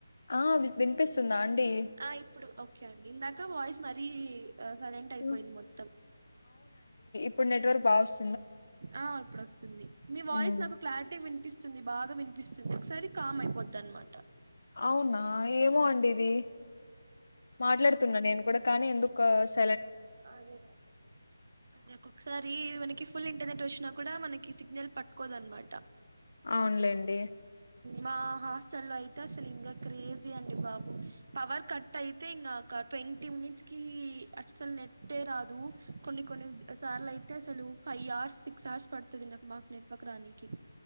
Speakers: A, on the left; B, on the right.
A: ఆ విన్పిస్తుందా అండీ
B: ఆ ఇప్పుడు ఓకే అండి ఇందాక వాయిస్ మరీ అ సైలెంట్ అయిపోయింది
A: హ్మ్.
B: మొత్తం.
A: ఇప్పుడ్ నెట్వర్క్ బాగొస్
B: ఆ ఇప్పుడు వస్తుంది మీ వాయిస్
A: హ్మ్.
B: నాకు క్లారిటీ విన్పిస్ తుంది బాగా విన్పిస్తుంది ఒకసారి కామ్ అయిపోద్దన్మాట.
A: అవునా ఏమో అండి ఇది మాట్లాడుతున్న నేను కూడా కానీ ఎందుకాస్
B: అదే అదే ఒక్కొక్సారీ మనకి ఫుల్ ఇంటర్నెట్ వచ్చినప్ కూడా మనకి సిగ్నల్ పట్టుకోదన్మాట.
A: అవున్లెండి.
B: మా హాస్టల్లైతే అసల్ ఇంకా క్రేజీ అండి బాబు పవర్ కట్ అయితే ఇంగ కట్ ట్వంటీ మినిట్స్కీ అస్సల్ నెట్టే రాదు కొన్ని కొన్ని సార్లైతే అసలు ఫైవ్ అవర్స్ సిక్స్ అవర్స్ పడుతది నాకు మాక్ నెట్వర్క్ రాణికి